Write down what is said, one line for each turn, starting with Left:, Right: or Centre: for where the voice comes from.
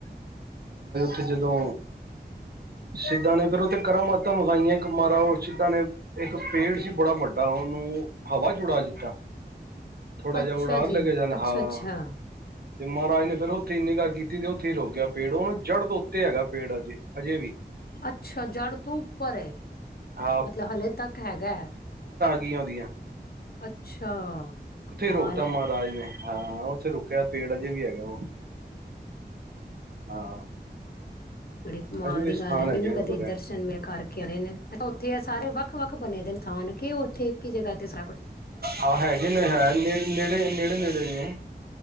Right: ਤੇ ਜਦੋਂ। ਸਿੱਧਾਂ ਨੇ ਫੇਰ ਉੱਥੇ ਕਰਾਂ ਮਾਤਾਂ ਵਿਖਾਈਆਂ ਇੱਕ ਮਾਰਾ ਉਹ ਸਿੱਧਾਂ ਨੇ ਇੱਕ ਪੇੜ ਸੀ ਬੜਾ ਵੱਡਾ ਉਹਨੂੰ ਹਵਾ ਚ ਉੱਡਾ ਦਿੱਤਾ। ਥੋੜਾ
Left: ਅੱਛਾ
Right: ਜਿਹਾ ਉਡਾ ਲੈ
Left: ਜੀ
Right: ਕੇ ਜਾਣਾ
Left: ਅੱਛਾ
Right: ਹਾਂ।
Left: ਅੱਛਾ
Right: ਤੇ ਮਹਾਰਾਜ ਨੇ ਫੇਰ ਉੱਥੇ ਨਿੰਗਾ ਕੀਤੀ ਤੇ। ਉੱਥੇ ਰੋਕ ਗਿਆ ਪੇੜ ਉਹਨੂੰ ਜੜ੍ਹ ਤੋਂ ਉੱਤੇ ਹੈਗਾ। ਪੇੜ ਅਜੇ ਅਜੇ ਵੀ।
Left: ਅੱਛਾ ਜੜ੍ਹ ਤੋਂ ਉੱਪਰ ਏ
Right: ਹਾਂ
Left: ਮਤਲਬ ਹਲੇੇ ਤੱਕ ਹੈਗਾ ਹੈ।
Right: ਕੀ ਆਉਂਦੀਆਂ।
Left: ਅੱਛਾ ਕਮਾਲ
Right: ਰੋਕਤਾ
Left: ਹੈ।
Right: ਮਹਾਰਾਜ ਨੇ ਹਾਂ ਉਥੇ ਰੁਕ। ਗਿਆ ਪੇੜ ਅਜੇ ਵੀ ਹੈਗਾ ਉਹ। ਹਾਂ।
Left: ਬੜੀ ਕਮਾਲ
Right: ਅਜੇ ਵੀ
Left: ਦੀ
Right: ਸਥਾਨ
Left: ਗੱਲ ਹੈ
Right: ਹੈਗੇ
Left: ਨਹੀਂ ਨਹੀਂ
Right: ਨੇ
Left: ਕਦੇ
Right: ਬੜੇ
Left: ਇਧਰ ਸੀਨਮੇ ਘਰ। ਕਹਿੰਦੇ ਨੇ ਉੱਥੇ ਆ ਸਾਰੇ ਵੱਖ ਵੱਖ ਬਣੇ ਦੇ ਨੇ। ਸਥਾਨ ਕਿ ਉੱਥੇ ਇੱਕ ਹੀ ਜਗ੍ਹਾ ਤੇ ਸਾਰਾ ਕੁਛ
Right: ਹਾਂ ਹੈਗੇ ਨੇ ਹੈ ਨੇ ਨੇੜੇ ਨੇੜੇ ਨੇੜੇ ਹੀ ਹੈ।